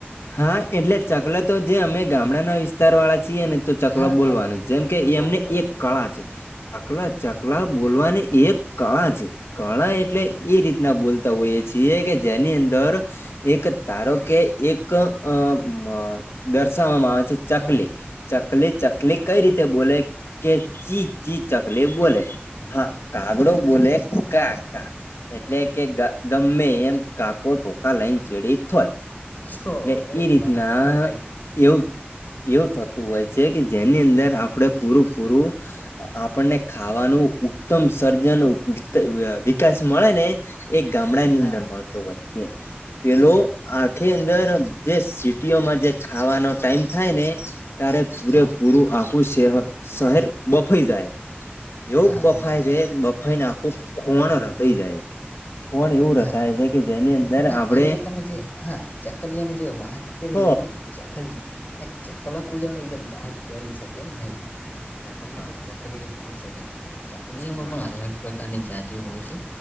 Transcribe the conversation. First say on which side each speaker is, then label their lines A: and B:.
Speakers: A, on the left; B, on the left.
A: હા એટલે ચકલ તો જે અમે ગામડાના વિસ્તાર વાળા <unintelligible> ને તો ચકલા
B: હા
A: બોલવાની જેમ કે
B: ચોક્કસ
A: એમને એક
B: ચોક્કસ
A: કળા છે ચકલા ચકલા બોલવાની એક કળા છે કળા એટલે એ રીતના બોલતા હોઈએ છીએ કે જેની અંદર એક તારો કે એક અ દર્શાવવામાં આવે છે.
B: હા
A: ચકલી ચકલી ચકલી કઈ રીતે બોલે કે ચી ચી ચકલી એ બોલે હા કાગડો બોલે કા કા એટલે કે તમે એમ કાકો ચોખા લઈને ચેડી જાય એટલે
B: કાચો
A: એ રીતના
B: વાત તો રાઈટ
A: એવું એવું થતું હોય છે કે જેની અંદર આપડે પૂરું પૂરું આપણને ખાવાનું ઉત્તમ સર્જન વિકાસ મળે ને <unintelligible> ગામડા ની
B: હા
A: અંદર મળતો પેલો
B: હા
A: આખી અંદર જે <unintelligible> જે ખાવાનો ટાઈમ થાય ને ત્યારે પૂરેપૂરું
B: હા
A: આખું શહેર શહેર બફઈ જાય એવ
B: હા
A: બફાય
B: બફાઈ છે
A: રે બ ફાઈ ને આખું ખોણ થઈ જાય. ખોણ એવું
B: હા
A: રતાય છે કે જેની અંદર
B: હા
A: આપણે
B: જેમ કે તમે જે હા ચકલિયાની જે વાત કરી
A: હ
B: એ રીતે ચકલી આ ચકલા કોઈ દાડો બાજ બણી શકે નહી. ચકલી
A: હા
B: તો ચકલી જ રહી શકે ચકલીમાં
A: હા
B: પણ
A: હા
B: અલગ પ્રકારની જાતિઓ હોય છે